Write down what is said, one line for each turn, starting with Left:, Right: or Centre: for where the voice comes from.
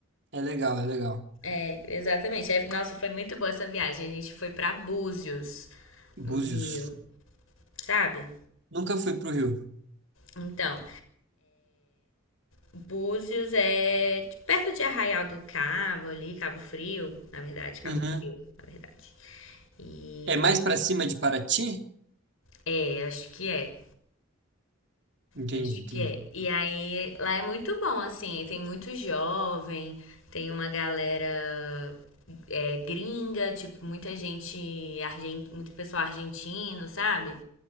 Right: é legal, é legal.
Left: É, exatamente. Aí, nossa, foi muito boa essa viagem. A gente foi pra Búzios, no
Right: Búzios.
Left: Rio, sabe?
Right: Nunca fui pro Rio.
Left: Então, Búzios é de- perto de Arraial do Cabo ali, Cabo Frio, na verdade, Cabo
Right: Uhum.
Left: Frio, na verdade. E
Right: É mais pra cima de Paraty?
Left: é, acho que é.
Right: Entendi,
Left: Acho
Right: entendi.
Left: que é. E aí, lá é muito bom, assim, tem muito jovem, tem uma galera é, gringa, tipo, muita gente, argen- muito pessoal argentino, sabe?